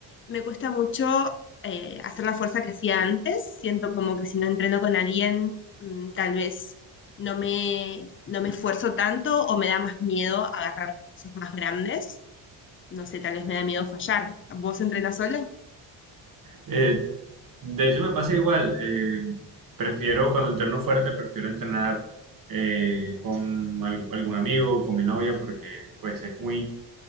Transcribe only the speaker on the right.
Eh, de hecho, me pasa igual. eh, prefiero, cuando entreno fuerte, prefiero entrenar eh, con al- algún amigo, con mi novia, porque pues es muy,